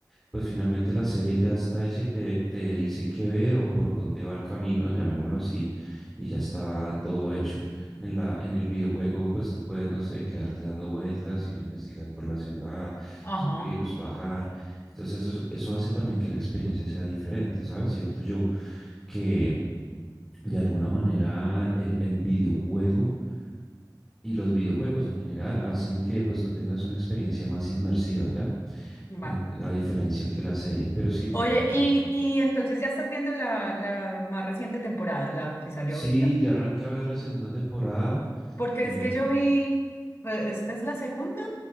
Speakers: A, in the centre; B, on the left (about 35°).
A: pues finalmente la serie ya está hecha y te, te dice qué ver o por dónde va el camino, llamémoslo así, y ya está todo hecho. En la, en el videojuego, pues tú puedes, no sé, quedarte dando vueltas, ir a investigar por la ciudad, subir,
B: Ajá,
A: bajar. Entonces eso, eso hace también que la experiencia sea diferente, ¿sabes? Siento yo que de alguna manera el, el videojuego y los videojuegos en general hacen que pues tú tengas una experiencia más inmersiva, ¿ya?
B: vale.
A: En- a diferencia que la serie. Pero sí, me
B: Oye,
A: encantó.
B: y, y entonces ya estás viendo la, la más reciente temporada, la que salió
A: Sí,
B: ahorita.
A: ya arranqué a ver la segunda temporada,
B: Porque
A: em,
B: es que yo vi, pues, ¿esta es la segunda?